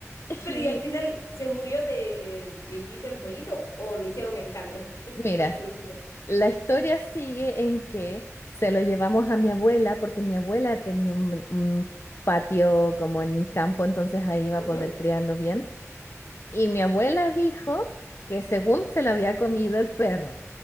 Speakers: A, on the left; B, on the left.
A: Y
B: Pero ¿y al final se murió de viejito el pollito o lo hicieron en caldo? <laughs>
A: mira,
B: ¿O se lo comieron?
A: la historia sigue en que se lo llevamos a mi abuela porque mi abuela tenía un, un patio como en el campo, entonces ahí iba
B: Ujú.
A: a poder criarlo bien. Y mi abuela dijo que según se lo había comido el perro.